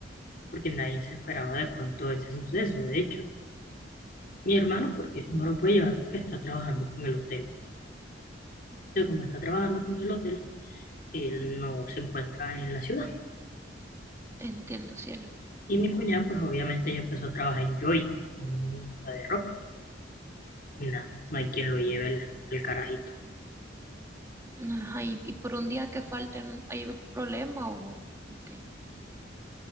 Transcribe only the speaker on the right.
entiendo, cielo.
Ajá, y, y por un día que falten, ¿hay un problema o, o qué?